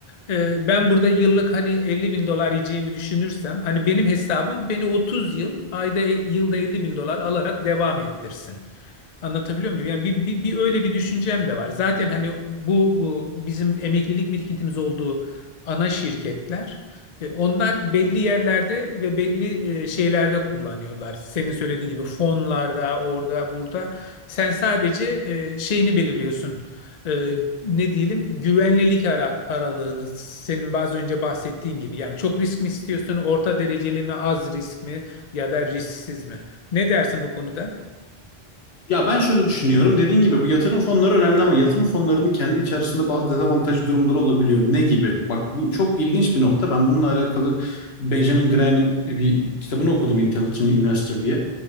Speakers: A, on the left; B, on the left.
A: Ee, ben burada yıllık hani 50 bin dolar yiyeceğimi düşünürsem hani benim hesabım beni 30 yıl ayda e, yılda 50 bin dolar alarak devam ettirsin. Anlatabiliyor muyum? Yani bir, bir, bir öyle bir düşüncem de var. Zaten hani bu, bu bizim emeklilik birikintimiz olduğu ana şirketler. E, Onlar belli yerlerde ve belli e, şeylerde kullanıyorlar. Senin söylediğin gibi fonlarda, orada, burada. Sen sadece e, şeyini belirliyorsun. E, ne diyelim güvenlilik ara- aralığını senin az önce bahsettiğin gibi yani çok risk mi istiyorsun orta dereceli mi az risk mi ya da risksiz mi ne dersin bu konuda?
B: Ya ben şöyle düşünüyorum. Dediğin gibi bu yatırım fonları önemli ama yatırım fonlarının kendi içerisinde bazı dezavantaj durumları olabiliyor. Ne gibi? Bak bu çok ilginç bir nokta. Ben bununla alakalı Benjamin Graham'in bir kitabını okudum Intelligent Investor diye.